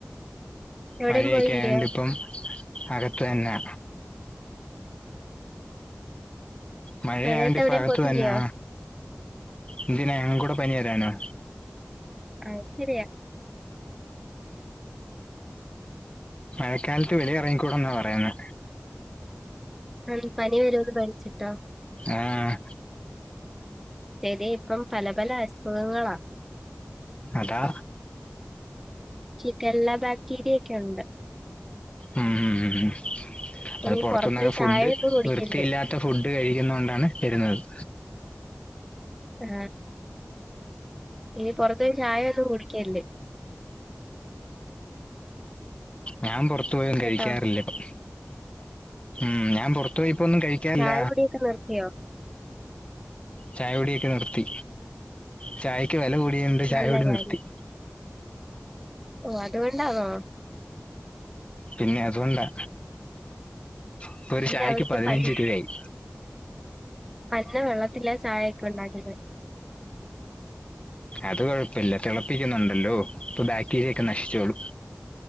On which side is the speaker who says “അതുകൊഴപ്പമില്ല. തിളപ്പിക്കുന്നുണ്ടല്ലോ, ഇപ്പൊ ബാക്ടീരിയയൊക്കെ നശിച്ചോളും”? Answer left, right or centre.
Left